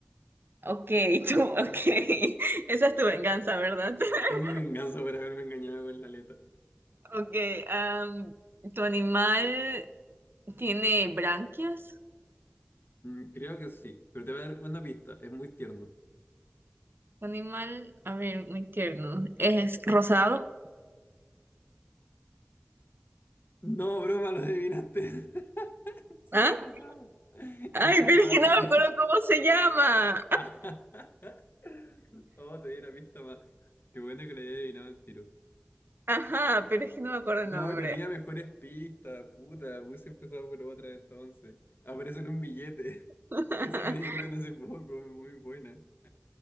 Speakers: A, on the right; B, on the left.
A: Ok, tú, ok. <laughs> Esa es tu venganza, ¿verdad? <laughs>
B: Es mi venganza por haberme engañado con la aleta.
A: Ok, am, tu animal tiene branquias.
B: Mm, creo que sí, pero te voy a dar una pista, es muy tierno.
A: Tu animal, a ver, muy tierno. Es rosado.
B: No, broma, lo adivinaste. <laughs> Sí,
A: ¿Ah?
B: es rosado.
A: Ay,
B: Es rosado,
A: pero es que no
B: sí.
A: me acuerdo cómo se llama.
B: Ah. <laughs> Oh, te di la pista más. Qué bueno que le haya adivinado el tiro.
A: Ajá, pero es que no me acuerdo
B: No,
A: el nombre.
B: tenía mejores pistas, puta. Hubiese empezado por otra entonces. Aparece en un billete.
A: <laughs>
B: <laughs> Esa me dijeron hace poco, muy buena.